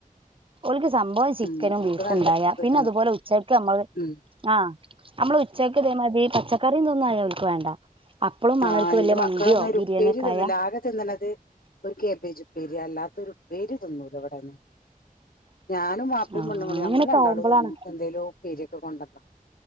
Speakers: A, on the right; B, on the left.
A: ഒൽക്ക് സംഭവ ചിക്കനും
B: ഉം, നമുക്ക്
A: ബീഫും
B: നല്ല
A: ഉണ്ടായ
B: കിട്ടണം
A: പിന്നെ അതുപോലെ ഉച്ചയ്ക്ക് നമ്മൾ
B: ഉം.
A: ആഹ് നമ്മളെ ഉച്ചയ്ക്ക് ഇതേ മതി പച്ചക്കറിയ തൊന്നുല്ല അവൾക്ക് വേണ്ട അപ്പളും മാണം
B: ആഹ്
A: ഓൽക്ക്
B: എന്റെ
A: വല്യ
B: മക്കളൊന്നും
A: മന്തിയോ
B: ഒരു
A: ബിരിയാണിയൊക്കെ
B: ഉപ്പേരി തിന്നില്ല
A: ആയാ
B: ആകെ തിന്നണത് ഒരു കേബേജ് ഉ പേരി അല്ലാത്തരു പേരി തിന്നേലോ അവിടെന്ന് ഞാനും വാപ്പയും
A: ആ
B: പെണ്ണ്ങ്ങളും
A: അങ്ങനെയൊക്കെ
B: ഞങ്ങൾണ്ടാളും
A: ആവുമ്പോളാണ്
B: ന്നും എന്തെലും ഉപേരിയൊക്കെ കൊണ്ടെന്നാ